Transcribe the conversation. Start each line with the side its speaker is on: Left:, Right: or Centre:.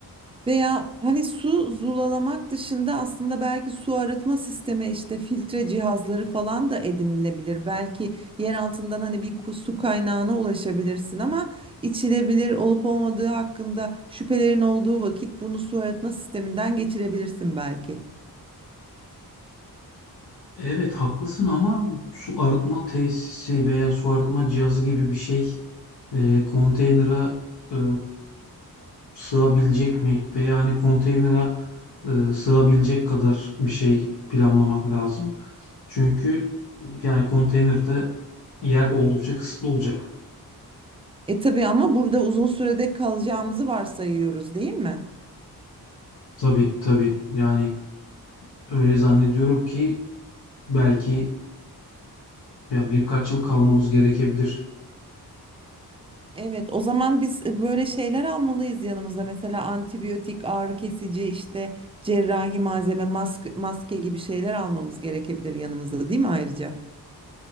Right: Veya hani su zulalamak dışında aslında belki su arıtma sistemi işte filtre cihazları falan da edinilebilir. Belki yer altından hani bir ku- su kaynağına ulaşabilirsin ama içilebilir olup olmadığı hakkında şüphelerin olduğu vakit bunu su arıtma sisteminden geçirebilirsin belki.
Left: Evet haklısın ama su arıtma tesisi veya su arıtma cihazı gibi bir şey e, konteynere e, sığabilecek mi? Veya hani konteynere e, sığabilecek kadar bir şey planlamak lazım. Çünkü yani konteynerde yer oldukça kısıtlı olacak.
Right: E tabii ama burada uzun sürede kalacağımızı varsayıyoruz değil mi?
Left: Tabii tabii yani Öyle zannediyorum ki belki ya birkaç yıl kalmamız gerekebilir.
Right: Evet, o zaman biz e, böyle şeyler almalıyız yanımıza. Mesela antibiyotik, ağrı kesici, işte cerrahi malzeme, maske, maske gibi şeyler almamız gerekebilir yanımıza, değil mi ayrıca?